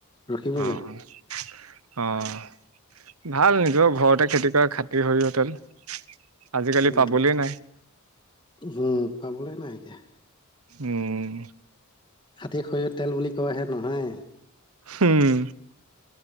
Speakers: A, on the left (about 20°); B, on the right (about 85°).
A: ৰখিবগৈ
B: অ', অ'। অ', ভাল নিজৰ ঘৰতে খেতি কৰা খাতি সৰিয়হৰ তেল। আজিকালি
A: উম
B: পাবলে নাই।
A: উম, পাবলে নাই এতিয়া।
B: উম,
A: খাতী সৰিয়হ তেল বুলি কয়হে মানুহে!
B: উম।